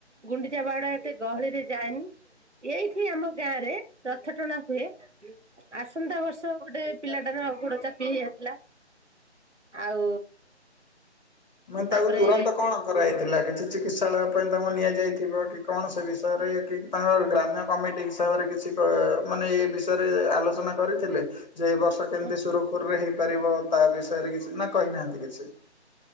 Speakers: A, on the right (about 85°); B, on the left (about 40°).
A: ଗୁଣ୍ଡିଚା ବାହୁଡା ଏତେ ଗହଳିରେ ଯାଏନି। ଏଇଠି ଆମ ଗାଁରେ ରଥ ଟଣା ହୁଏ। ଆସନ୍ତା ବର୍ଷ ଗୋଟେ ପିଲାଟାର ଗୋଡ ଚାପି ହେଇଯାଇଥିଲା। ଆଉ
B: ମାନେ ତାକୁ
A: ତାପରେ
B: ତୁରନ୍ତ କଣ କରାହେଇଥିଲା କିଛି ଚିକିତ୍ସାଳୟ ପାଇଁ ତାଙ୍କୁ ନିଆଯାଇଥିବ କି କଣ ସେ ବିଷୟରେ କି? ତାଙ୍କର ଗ୍ରାମ୍ୟ କମିଟି ହିସାବରେ କିଛି ମାନେ ବିଷୟରେ ଆଲୋଚନା କରିଥିଲେ ଯେ ଏଇ ବର୍ଷ କେମିତି
A: ହଁ
B: ସୁରୁଖୁରୁରେ ହେଇ ପାରିବ ତା ବିଷୟରେ କିଛି ନା କହିନାହାନ୍ତି କିଛି।